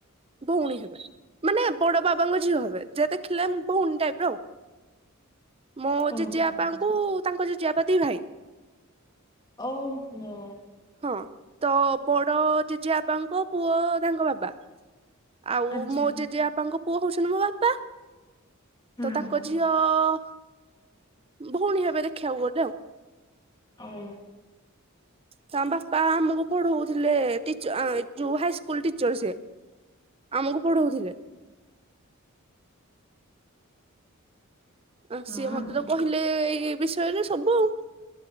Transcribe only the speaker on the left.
ଓହୋ
ଆଚ୍ଛା
ଓ ହୁଁ।
ଆଚ୍ଛା
ହଁ
ହଁ
ହଉ।
ହଁ